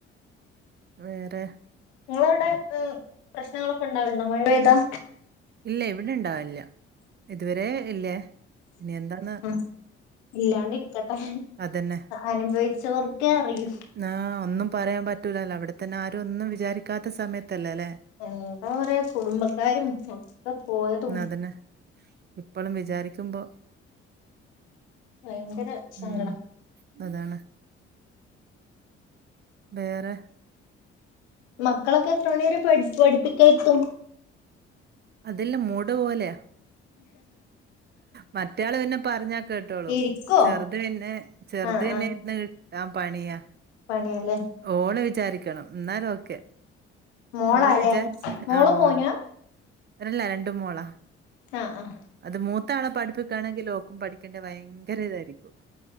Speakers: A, on the right; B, on the left.
A: വേറെ
B: ങ്ങളവിടെ പ്രശ്നങ്ങളൊക്കെ ണ്ടാവലുണ്ടോ മഴ പെയ്താ
A: ഇല്ല ഇവിടെ ഇണ്ടാവില്ല ഇതുവരെ ഇല്ലേ ഇനി എന്താ-
B: ഉം ഇല്ലാണ്ട് ഇരിക്കട്ടെ
A: അതന്നെ
B: അനുഭവിച്ചോർക്കെ അറിയൂ.
A: ആഹ് ഒന്നും പറയാൻ പറ്റൂലല്ലോ അവിടെത്തന്നെ ആരും ഒന്നും വിചാരിക്കാത്ത സമയത്തല്ലേ അല്ലെ-
B: എന്താ കുറേ കുടുംബക്കാരും പോയതും
A: ന്നതന്നെ ഇപ്പളും വിചാരിക്കുമ്പോ
B: ഭയങ്കര സങ്കടം
A: ഉം അതാണ്. വേറെ-
B: മക്കളൊക്കെ എത്ര മണി വരെ പഠി പഠിപ്പിക്കാരിത്തും.
A: അതെല്ലാം മൂട് പോലെയ മറ്റേയാള് പിന്നെ പറഞ്ഞാൽ കേട്ടോളൂം.
B: ഇരിക്കോ
A: ചെറുത് പിന്നെ ചെറുത്
B: ആഹ്
A: പിന്നെ ഇന്ന് കിട്ട പണിയാ
B: പണിയല്ലേ-
A: ഓള് വിചാരിക്കണം എന്നാല ഓക്കെ
B: മോളാല്ലേ
A: ഓള് വിചാരിച്ച
B: മോളും
A: ആഹ് മോളാ
B: മോനാ
A: ഇല്ല രണ്ട് മോളാ.
B: ആഹ് ആഹ്.
A: അത് മൂത്താളെ പഠിപ്പിക്കുകയാണെങ്കിൽ ഓക്കും പഠിക്കേണ്ട ഭയങ്കര ഇതായിരിക്കും.